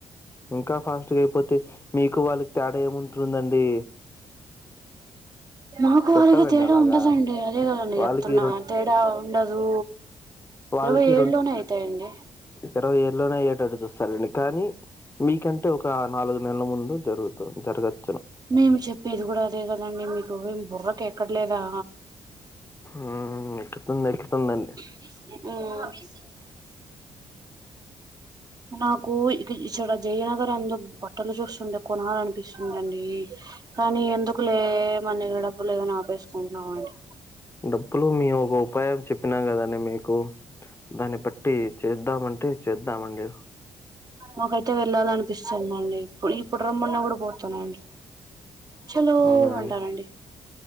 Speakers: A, on the left (about 20°); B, on the right (about 30°).
A: ఇంకా ఫాస్టుగయిపోతే మీకు వాళ్ళకి తేడా ఏముంటుందండి
B: మాకు
A: పెట్టరండి
B: వారికి తేడా
A: అలాగా.
B: ఉండదండి అదే కదండి
A: వాళ్ళకి
B: చెప్తున్నా తేడా ఉండదు
A: వాళ్ళకి
B: ఇరవై ఏడ్లోనే అయితాయండి
A: ఇరవై ఈడు లోనే అయ్యేటటు చూస్తారండి కానీ మీకంటే ఒక నాలుగు నెలల ముందు జరుగుతుంది జరగచ్చు
B: మేముచెప్పేది కూడా అదే కదండి మీకు ఏం బుర్రకెక్కట్లేదా
A: మ్మ్ ఎక్కుతుంది ఎక్కుతుందండీ
B: మ్మ్ నాకు ఇక ఇచ్చడా జయ నగర్ అందు బట్టలు చూస్తుండె కొనాలని పిస్తుందండి కానీ ఎందుకు లే మన దగ్గర డబ్బు లేదని ఆపేసుకుంటున్నం అండి
A: డబ్బులు మీ ఒక ఉపాయం చెప్పినాం కదండి మీకు దాన్ని బట్టి చేద్దామంటే చేద్దామండి
B: నాకైతే వెళ్ళాలనిపిస్తుందండి ఇప్పు ఇప్పుడు రమ్మన్నా కూడా పోతానండి చలో
A: అవునా అండి
B: అంటానండి